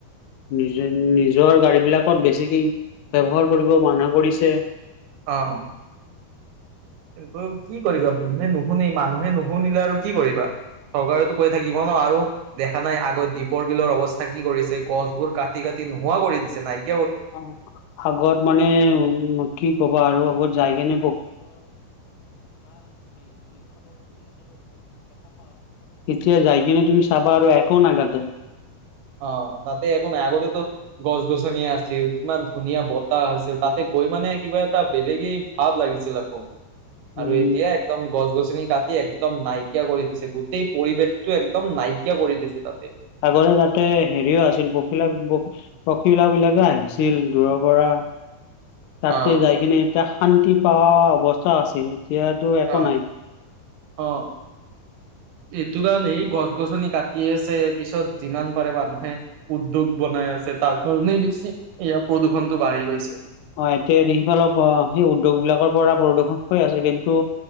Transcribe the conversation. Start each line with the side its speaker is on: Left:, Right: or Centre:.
Left: নিজ নিজৰ গাড়ী বিলাকত বেছিক ব্যৱহাৰ কৰিব মানা কৰিছে।
Right: অ', কিন্তু কি কৰিবা মানুহে নুশুনে মানুহে নুশুনিলে আৰু কি কৰিবা। চৰকাৰতো কৈ থাকিব ন আৰু দেখা নাই আগত দ্বীপৰ বিলৰ অৱস্থা কি কৰিছে গছবোৰ কাটি কাট নোহোৱা কৰি দিছে নাই
Left: অ আগত মানে উম কি ক'বা আৰু আগত <unintelligible> এতিয়া যাই কিনে তুমি চাবা আৰু একো নাগাদতে।
Right: অ তাতে একো নাই, আগতেতো গছ-গছনি আছিল কিমান ধুনীয়া বতাহ আছিল তাতে কৈ মানে কিবা এটা বেলেগে ভাৱ লাগিছিল আকৌ
Left: উম
Right: আৰু এতিয়া একদম গছ গছনি কাটি একদম নাইকিয়া কৰি দিছে গোটেই পৰিৱেশটো একদম নাইকিয়া কৰি দিছে তাতে।
Left: আগতে যাতে হেৰিও আছিল পখিলা পখিলা বিলাকে আহিছিল দূৰৰ পৰা তাতে
Right: অ
Left: যাই কিনে এতিয়া শান্তি পাৱা অৱস্থা আছিল। এতিয়াটো একো
Right: অ
Left: নাই।
Right: অ এইটো কাৰণে এই গছ গছনি কাটি আছে পিছত যিমান পাৰে মানুহে উদ্যোগ বনাই ছে তাৰ কাৰণেই বেছি এতিয়া প্ৰদূষণতটো বাঢ়ি গৈছে।
Left: অ এতিয়া <unintelligible> অ সেই উদ্যোগ বিলাকৰ পৰা পৰিদৰ্শন হৈ আছে কিন্তু